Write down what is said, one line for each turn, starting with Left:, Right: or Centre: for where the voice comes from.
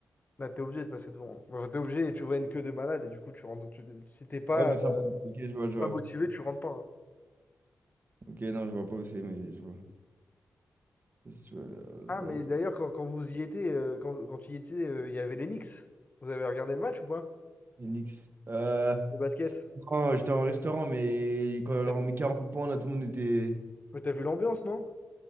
Left: Là, tu obligé de passer devant. Enfin, tu obligé et tu vois une queue de malade et du coup, tu rentres. Tu, si t'es pas,
Right: Ah, ouais, mais
Left: euh,
Right: ça. Ok, je
Left: si
Right: vois,
Left: t'es
Right: je
Left: pas
Right: vois.
Left: motivé, tu rentres pas. hein.
Right: Ok, non, je vois pas où c'est, mais je vois. Visual
Left: Ah,
Right: Light.
Left: mais d'ailleurs, quand, quand vous y étiez, euh, quand, quand tu y étais, euh, il y avait les Knicks. Vous avez regardé le match ou pas?
Right: Yandex. Euh,
Left: Le basket?
Right: non, j'étais en restaurant, mais quand on
Left: T'as
Right: leur
Left: vu
Right: a mis 40 points, là, tout le monde était.
Left: mais t'as vu l'ambiance, non?